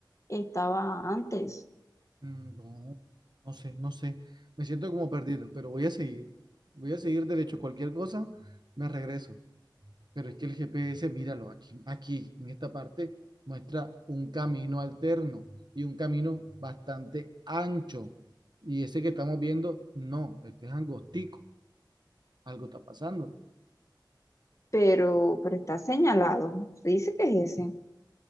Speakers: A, on the left; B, on the right.
A: estaba antes,
B: Mm, No, no sé, no sé. Me siento como perdido, pero voy a seguir. Voy a seguir derecho. Cualquier cosa, me regreso. Pero es que el GPS, míralo, aquí, aquí, en esta parte, muestra un camino alterno y un camino bastante ancho. Y ese que estamos viendo, no, este es angostico, algo está pasando.
A: pero, pero está señalado. Se dice que es ese.